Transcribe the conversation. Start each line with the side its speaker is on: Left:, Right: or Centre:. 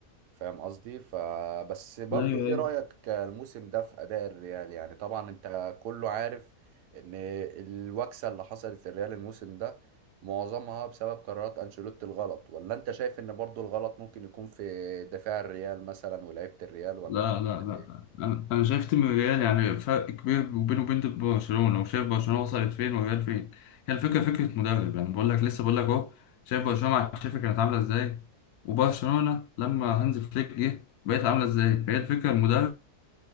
Right: فاهم قصدي فبس برضو
Left: ايوه
Right: ايه رأيك الموسم ده في اداء الريال يعني طبعا انت كله عارف ان الوكسة اللي حصلت للريال الموسم ده معظمها بسبب قرارات انشيلوتي الغلط ولا انت شايف ان برضو الغلط ممكن يكون في دفاع الريال مثلا ولاعيبة الريال ولا
Left: لا
Right: انت
Left: لا
Right: شايف
Left: لا
Right: ايه
Left: انا أنا شايف تيم الريال يعني فرق كبير وبينه وبين برشلونه وشايف برشلونه وصلت فين والريال فين هي الفكره فكره مدرب يعني بقول لك لسه بقول لك اهو شايف برشلونه مع تشافي كانت عامله ازاي وبرشلونه لما هانز فليك جه بقت عامله ازاي فهي الفكره المدرب